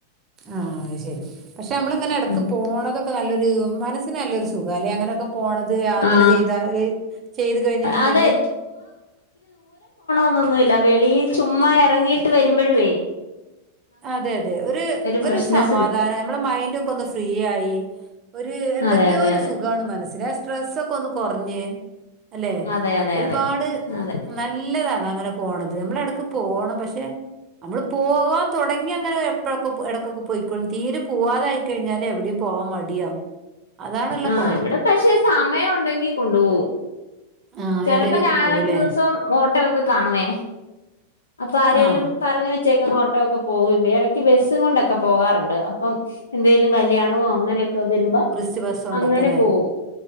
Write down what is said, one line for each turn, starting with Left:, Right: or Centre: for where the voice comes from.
Right: ആഹ് അത് ശെരി പക്ഷെ അമ്മള്ങ്ങെനെ എടെക്ക്
Left: ഉം
Right: പോണതൊ ക്കെ നല്ലൊര് മനസ്സിന് നല്ലൊരു സുഖാലെ അങ്ങനൊക്കെ പോണത് യാത്ര
Left: ആ
Right: ചെയ്താ ചെയ്ത് കയ്ഞ്ഞിട്ട്ണ്ടെങ്കി
Left: അതെ ന്നൊന്നു ഇല്ല വെളീൽ ചുമ്മാ എറെങ്ങീട്ട് വെരുമ്പഴുവേ
Right: അതെ അതെ ഒരു ഒരു
Left: ഫ്രഷ്നെസ്സ്
Right: സമാധാനം
Left: കിട്ടും
Right: നമ്മടെ മൈൻന്റൊക്കെ ഒന്ന് ഫ്രീ ആയി ഒരു. ഒരു എന്തൊക്കെയോ
Left: അതെ അതെ
Right: ഒരു
Left: അതെ
Right: സുഖാണ് മനസ്സിന് സ്ട്രെസ്സൊക് ക്കൊന്ന് കൊറഞ്ഞ് അല്ലെ
Left: അതെ അതെ
Right: ഒരുപാട്
Left: അതെ അതെ
Right: നല്ലതാണ് അങ്ങനെ പോണത്. ക്ക് പോണം പക്ഷേ നമ്മള് പോവാൻ തൊടങ്ങി അങ്ങനെ എപ്പോയൊക്കെ ഇടക്കൊക്കെ പോയിക്കോളും തീരെ പോവാതായിക്കഴിഞ്ഞാല് എവിടെയും പോ പോവാൻ മടിയാവും. അതാണുള്ള
Left: ആഹ്
Right: കുഴപ്പം
Left: ഇവിടെ പക്ഷേ സമയുണ്ടെങ്കി കൊണ്ടു പോവും.
Right: ആ
Left: ചെലപ്പോ
Right: എവിടേലൊക്കെ
Left: ഞായറാഴ്ച
Right: പോവുല്ലേ
Left: ദിവസം ഓട്ടോ ഒക്കെ കാണുവേ. അപ്പൊ ആരേലും
Right: ആ
Left: പറഞ്ഞ വെച്ചേക്കുന്ന ഓട്ടോ ഒക്കെ പോകും എടയ്ക്ക് ബസ്സും കൊണ്ടൊക്കെ പോകാറുണ്ട്. പ്പം എന്തേലും കല്ല്യാണമോ അങ്ങനെയൊക്കെ വരുമ്പോ.
Right: സിവസ്വണ്ടാക്കല്ലേ.
Left: അങ്ങനെ പോവും